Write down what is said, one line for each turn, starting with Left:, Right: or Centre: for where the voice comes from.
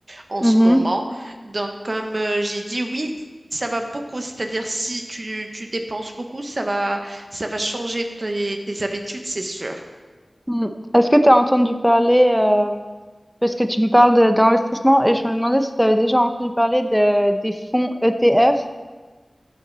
Right: en
Centre: Mhm.
Right: ce moment. Donc, comme euh, j'ai dit, oui, ça va beaucoup. C'est-à-dire, si tu, tu dépenses beaucoup, ça va, ça va changer tes, tes habitudes, c'est sûr.
Centre: Mm. Est-ce que tu as entendu parler, euh, parce que tu me parles de- d'investissement et je me demandais si tu avais déjà entendu parler de- des fonds ETF